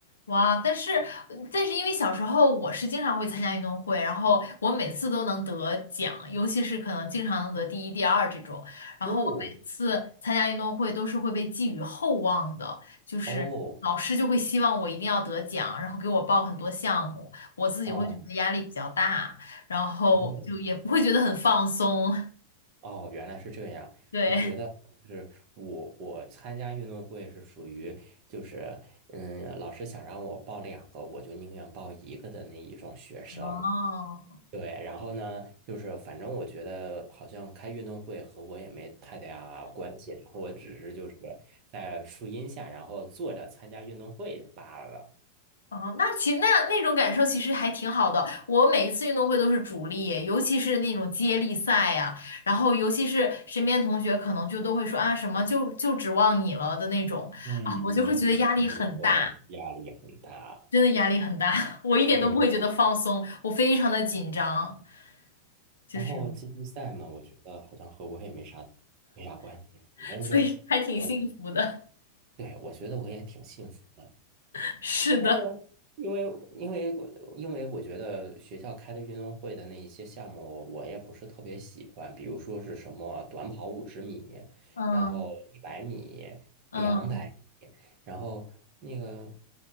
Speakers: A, on the left; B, on the right.
A: 哇！但是，呃但是因为小时候我是经常会参加运动会，然后我每次都能得奖，尤其是可能经常能得第一、第二这种。然后我每次参加运动会都是会被寄予厚望的，
B: 哦
A: 就是老师就会希望我一定要得奖，
B: 哦
A: 然后给我报很多项目，我自己会觉得压力比较大，
B: 哦
A: 然后就也不会觉得很放松。
B: 哦。
A: <laughs>
B: 哦，原来是这样。
A: 对，
B: 我觉得就是我，我参加运动会是属于就是，嗯，老师想让我报两个，我就宁愿报一个的那一种学生。
A: 哦，
B: 对，然后呢，就是反正我觉得好像开运动会和我也没太大关系，然后我只是就是在树荫下，然后坐着参加运动会罢了。
A: 哦，那其实那那种感受其实还挺好的。我每一次运动会都是主力，尤其是那种接力赛呀、然后尤其是身边同学可能就都会说啊什么就就指望你了的那种啊，
B: 嗯嗯嗯，
A: 我就会觉得压力很大，
B: 以后啊，压力很大。
A: 真的压力很大，<laughs> 我一点都不会觉得放松，
B: 嗯。
A: 我非常的紧张，就是
B: 然后接力赛嘛，我觉得好像和我也没啥没啥关系，
A: <laughs>
B: 反正就
A: 所以还挺幸福的。
B: 我对我觉得我也挺幸福的。
A: <laughs> 是的，
B: 那个，因为因为我因为我觉得学校开的运动会的那一些项目，我我也不是特别喜欢，比如说是什么短跑五十米，
A: 嗯
B: 然后一百米、
A: 嗯。
B: 两百米，然后那个